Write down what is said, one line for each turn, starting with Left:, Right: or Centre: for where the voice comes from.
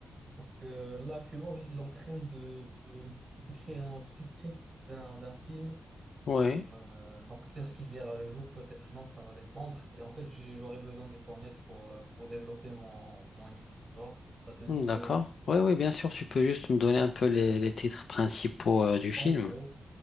Right: Donc euh, là, actuellement, je suis en train de, de- d'écrire un petit script d'un d'un film.
Left: Oui,
Right: Euh, donc peut-être qu'il verra le jour, peut-être non, ça va dépendre. Et en fait, j'ai- j'aurais besoin de ton aide pour, euh, pour développer mon, mon histoire. Ça te dit
Left: Hmm,
Right: de,
Left: d'accord. Oui, oui, bien sûr, tu peux juste me donner un peu les, les titres principaux euh, du film.
Right: en gros,